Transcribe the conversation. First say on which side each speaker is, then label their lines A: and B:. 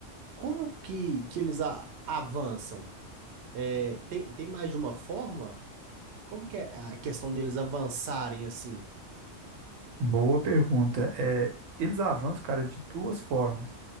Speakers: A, on the right; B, on the right.
A: Como que, que eles a- avançam? É, tem, tem mais de uma forma? Como que é a questão deles avançarem assim?
B: Boa pergunta. É, eles avançam, cara, de duas formas: